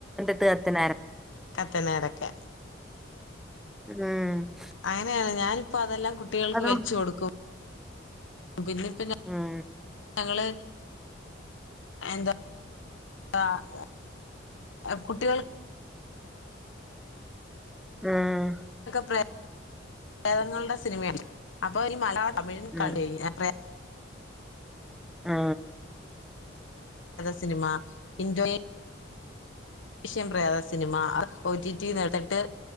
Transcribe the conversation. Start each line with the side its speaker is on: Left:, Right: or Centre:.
Centre: കത്തനാർ.
Left: കത്തനരൊക്കെ
Centre: ഉം.
Left: അങ്ങനെയാണ് ഞാനിപ്പോ അതെല്ലാം കുട്ടികൾക്ക്
Centre: അതും
Left: വെച്ച് കൊടുക്കും. പിന്നെപ്പ ഞങ്ങള്
Centre: ഉം
Left: എന്താ ആ കുട്ടികൾ
Centre: ഉം.
Left: പ്രേദങ്ങളുടെ സിനിമയല്ല അപ്പൊ ഇനി മലയാളം തമിഴ
Centre: ഉം
Left: <unintelligible>
Centre: ആ.
Left: സിനിമ <unintelligible> വിഷയം പ്രേത സിനിമ. ഒ ടിടി നേർത്തിട്ട്